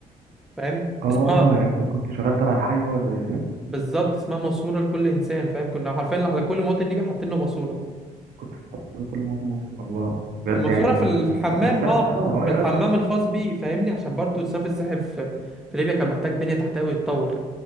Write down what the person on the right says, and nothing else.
اه
يعني انت كنت شغال تبع الحي بقى ولا ايه
كنت بتحضر كل مواد مصر الله بجد
يعني
صرف الصح
اه اه
يا
صرف الصح